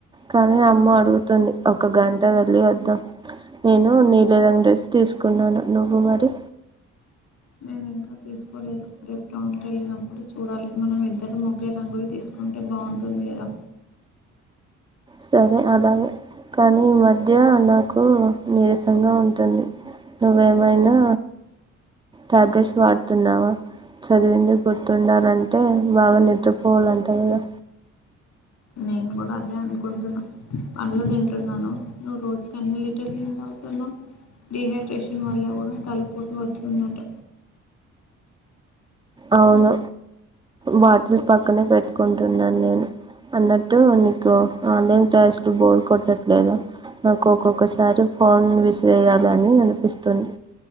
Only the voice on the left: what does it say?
నేను ఇంకా తీసుకోలేదు రెప్ రౌన్కి వెళ్ళినప్పుడు చూడాలి మనం ఇద్దరం ఒకే రంగువి తీసుకుంటే బాగుంటుంది కదా
నేను కూడా అదే అనుకుంటున్నా పనులు తింటున్నాను నువ్వు రోజుకి అన్ని లీటర్లు నీళ్ళు తాగుతున్నావ్ డిహైడ్రేషన్ వల్ల కూడా తలపోటు వస్తుందట